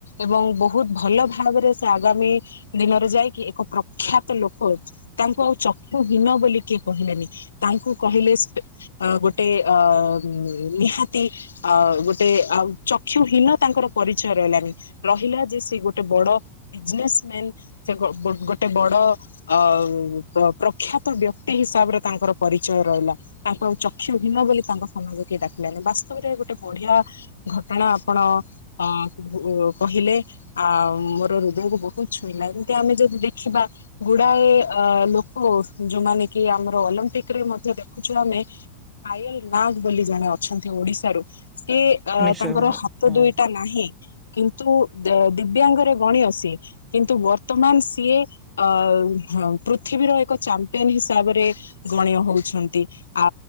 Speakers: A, on the left; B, on the right.
A: ଏବଂ ବହୁତ ଭଲ ଭାବରେ ସେ ଆଗାମୀ ଦିନରେ ଯାଇକି ଏକ ପ୍ରଖ୍ୟାତ ଲୋକ ତାଙ୍କୁ ଆଉ ଚ ହୀନ ବୋଲି କିଏ କହିଲେନି ତାଙ୍କୁ ସେ ଅ କହିଲେ ଗୋଟେ ଅ ନି ନିହାତି ଅ ଗୋଟେ ଆଉ ଚକ୍ଷୁ ହୀନ ତାଙ୍କର ପରିଚୟ ରହିଲାନି ରହିଲା ଯେ ସେ ଗୋଟେ ବଡ ବିଜନେସ୍ ମେନ୍ ସେ ଗୋ-ଗୋ-ଗୋଟେ ବଡ ଅ ପ ପ୍ର ପ୍ରଖ୍ୟାତ ବ୍ୟକ୍ତି ହିସାବରେ ତାଙ୍କର ପରିଚୟ ରହିଲା ତାଙ୍କୁ ଆଉ ଚକ୍ଷୁ ହୀନ ବୋଲି ତାଙ୍କ ସମାଜ କିଏ ଡାକିଲାନି। ବାସ୍ତବରେ ଗୋଟେ ବଢିଆ ଘଟଣା ଆପଣ ଅ ଉ କହିଲେ। ଆଉ ମୋର ହୃଦୟକୁ ବହୁତ ଛୁଇଁଲା ଏମିତି ଆମେ ଯଦି ଦେଖିବା ଗୁଡାଏ ଅ ଲୋକ ଓ ଯୋଉମାନେ କି ଆମର ଅଲମ୍ପିକ ରେ ମଧ୍ୟ ଦେଖୁଛୁ ଆମେ। ପାୟଲ ନାଗ ବୋଲି ଜଣେ ଅଛନ୍ତି ଓଡିଶାରୁ। ସେ ଅ
B: ନିଶ୍ଚୟ
A: ତାଙ୍କର
B: ଭାବରେ
A: ହାତ
B: ହଁ।
A: ଦୁଇଟା ନାହିଁ କିନ୍ତୁ ଦ ଦିବ୍ୟାଙ୍ଗରେ ଗଣିୟ ସେ କିନ୍ତୁ ବର୍ତ୍ତମାନ ସିଏ ଅ ଅ ପୃଥିବୀର ଏକ ଚାମ୍ପିୟନ ହିସାବରେ ଗଣୀୟ ହଉଛନ୍ତି ଆ